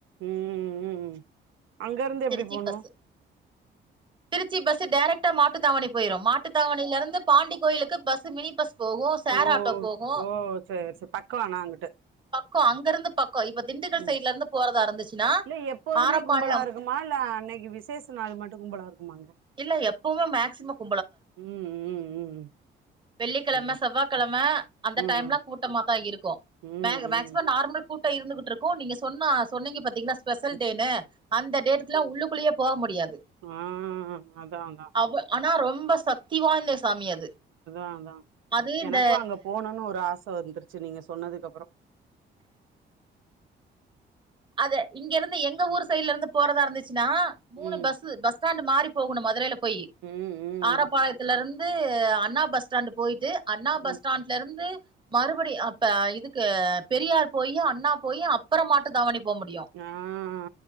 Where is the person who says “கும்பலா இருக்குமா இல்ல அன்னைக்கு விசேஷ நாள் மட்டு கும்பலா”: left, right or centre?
Right